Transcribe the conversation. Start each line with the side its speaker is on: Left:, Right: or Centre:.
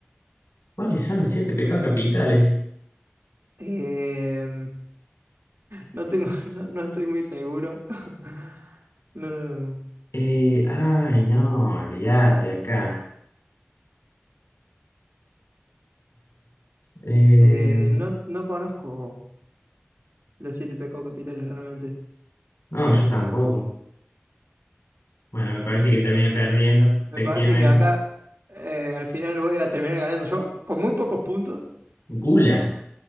Left: ¿Cuáles son los siete pecados capitales?
Right: Em, no tengo, <laughs> no, no estoy muy seguro. <laughs> No,
Left: Eh, ay, no, olvídate acá. Eh,
Right: eh, no, no conozco los siete pecados capitales realmente.
Left: no, yo tampoco. Bueno, me parece que termina perdiendo,
Right: Me
Left: efectivamente.
Right: parece que acá eh, al final voy a terminar ganando yo con muy pocos puntos.
Left: Gula.